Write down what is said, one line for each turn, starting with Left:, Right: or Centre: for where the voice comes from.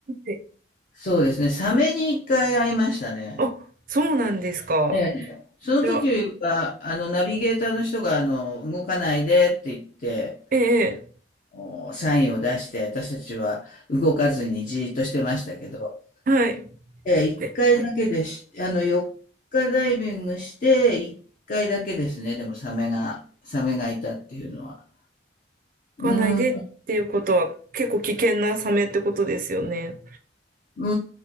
Right: ええ
Left: そうですね、サメに一回会いましたね。
Right: あ、そうなんですか。
Left: ええ、その時は、
Right: それは、
Left: あの、ナビゲーターの人が、あの、動かないでって言って、
Right: えええ
Left: おサインを出して、私たちは動かずにじーっとしてましたけど、
Right: えはい。
Left: ええ、1回だけでしあの、
Right: で、
Left: 4日ダイビングして、1回だけですね、でもサメがサメがいたっていうのは。
Right: 行かないでっていうことは結構危険なサメってことですよね。
Left: うーん、う